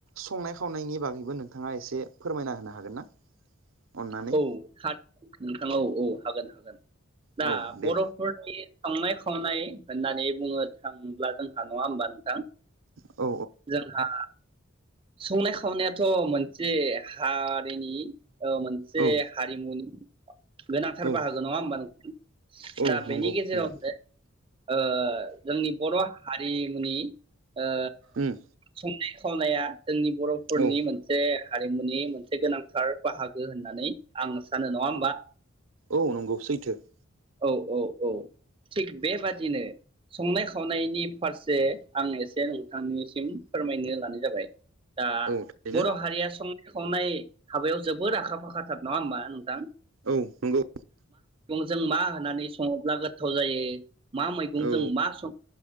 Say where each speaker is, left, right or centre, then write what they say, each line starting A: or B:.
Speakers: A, on the right; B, on the right.
A: संनाय खावनायनि बागैबो नों थाङा एसे फोरमायना होनो हागोन ना? अननानै
B: औ <unintelligible> नोंथां औ औ हागोन हागोन । दा
A: औ
B: बर'फोरनि
A: दे
B: संनाय खावनाय होननानै <unintelligible> थांल्बा जोंहा नङा होमबा नोंथां
A: औ
B: जोंहा संनाय खावनायाथ' मोनसे हारिनि ओ से
A: औ
B: हारिमुनि गोनांथार
A: औ
B: बाहागो नङा होमबा <inaudible>
A: औ
B: दा बेनि
A: नंगौ
B: गेजेरावनो
A: नंगौ
B: ओ जोंनि बर' <unintelligible> हारिमुनि ओ
A: उम
B: संनाय <unintelligible> स'नाया जोंनि बर'फोरनि
A: औ
B: मोनसे हारिमुनि मोनसे गोनांथार बाहागो होन नानै आं सानो नङा होमबा?
A: औ नंगौ सैथो ।
B: औ औ औ थिग बेबादिनो
A: औ
B: संनाय खावनायनि फारसे आं एसे नोंथांनिसिम फोरमायनो लानाय जाबाय दा
A: औ थारैनो
B: बर' हारिया सं संनाय हाबायाव जोबद आखा फाखाथार नङा होमबा नोंथां?
A: औ नंगौ ।
B: जों मा होननानै सङोब्ला गोथाव जायो? मा मैगंजों
A: औ
B: मा सं